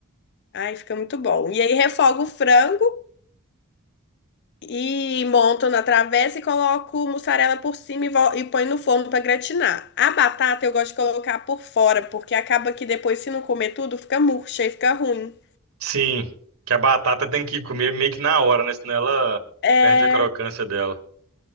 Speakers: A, on the left (about 50°); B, on the right (about 75°).
A: Ai, fica muito bom. E aí refogo o frango e monto na travessa e coloco mussarela por cima e, vol- e põe no forno para gratinar. A batata eu gosto de colocar por fora, porque acaba que depois se não comer tudo, fica murcha e fica ruim.
B: sim. Que a batata tem que comer meio que na hora, né? Senão ela
A: É...
B: perde a crocância dela.